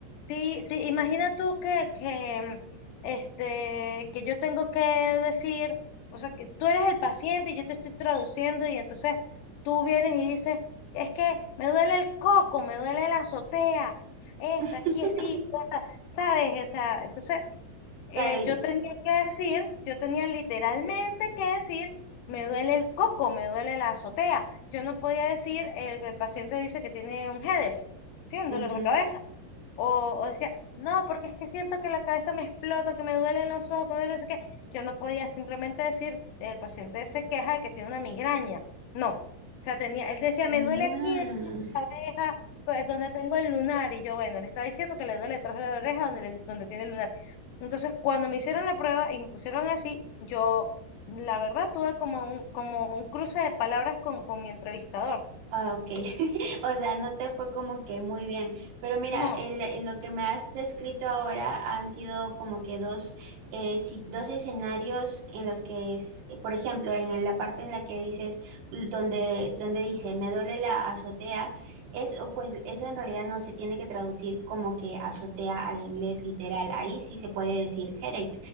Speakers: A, on the left; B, on the right.
A: ti- ti- imagina tú que, que, este, que yo tengo que decir, o sea, que tú eres el paciente y yo te estoy traduciendo y entonces tú vienes y dices, es que me duele el coco, me duele la azotea, esta,
B: <laughs>
A: aquí sí, o sea, ¿sabes? O sea, entonces eh,
B: Claro, y...
A: yo tenía que decir, yo tenía literalmente que decir, me duele el coco, me duele la azotea. Yo no podía decir, el, el paciente dice que tiene un headache, sí, un
B: ujú.
A: dolor de cabeza. O, o decía, no, porque es que siento que la cabeza me explota, que me duelen los ojos, que me duele, no sé qué. Yo no podía simplemente decir, el paciente se queja de que tiene una migraña. No. O sea, tenía, él decía,
B: Mm.
A: me duele aquí, oreja, pues donde tengo el lunar. Y yo, bueno, le está diciendo que le duele detrás de la oreja donde, le- donde tiene el lunar. Entonces, cuando me hicieron la prueba y me pusieron así, yo, la verdad, tuve como un, como un cruce de palabras con, con mi entrevistador.
B: Ah, ok. <laughs> O sea, no te fue como que muy bien. Pero mira,
A: No.
B: en, en lo que me has descrito ahora han sido como que dos, eh, si- dos escenarios en los que, es- eh, por ejemplo, en la parte en la que dices, mm, donde, donde dice, me duele la azotea, eso, pues eso en realidad no se tiene que traducir como que azotea al inglés literal. Ahí sí se puede decir headache,